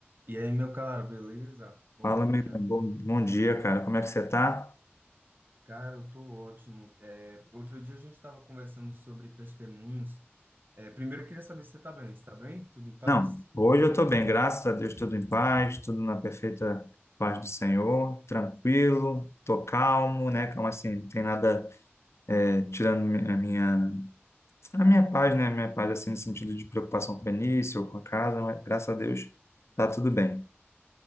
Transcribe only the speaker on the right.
E aí, meu caro, beleza? Bom
dia.
Cara, eu tô ótimo. É, outro dia a gente estava conversando sobre testemunhos. É, primeiro eu queria saber se você tá bem. Está bem? Tudo em paz?